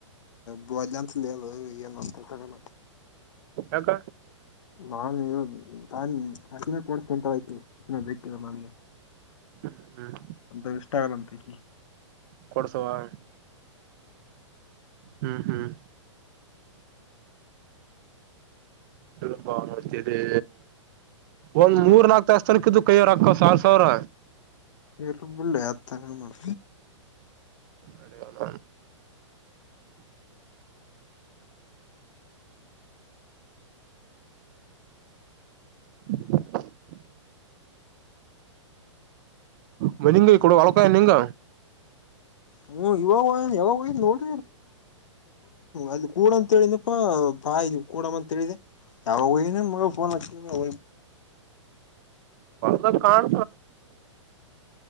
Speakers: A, on the left; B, on the right.
A: ಬಯಲಂತ ಹ ಇ ನಷ್ಟಲ್ಲ
B: ಯಕ್ಕ
A: ನಾನು ಹಕಿನ ಕೊಡ್ಂತಕಿ ಬೇಕಿಲ್ಲ ನನಗೆ
B: ಹ್ಮ್ ಹ್ಮ್
A: ಅಂತಷ್ಟ್ಟ ಬಂತತ
B: ಕೊಡ್ಸವಾ ಹ್ಮ್ ಹ್ಮಂ ತುಂಬ ನಡ್ತಿದೆ ಒಂದ್
A: ಹಾ
B: ಮೂರ್ ನಾಕ್ ತಸ್ತನಕಿದ್ದು ಕೈಯವರು ಹಾಕ್ಕ ಸಾವಾರ್ ಸಾವಿರ
A: ಎಬಲ್ಲ ಆತ ಮಾಡ
B: ಅಡೆಣ ಷೂ ಮ ನಿಂಗ ಈ ಕೂಡ ಒಳಕಾಯ ನಿಂಗ
A: ಹ್ಮ ಇವಾಗ ಯಾವಾಗ ನೋಡ ಅಲ್ಲಿ ಕೂಡ ಅಂತ ಹೇಳನಪ್ಪಾ ಾ ಇದು ಕಡ ಮಂತ ಹೇಳಿದೆೆ ಯಾವಾಗೋಗ ಮೊೈಲ್ ಫೋನ್ ಹಾ
B: ಹ ಕಾಣ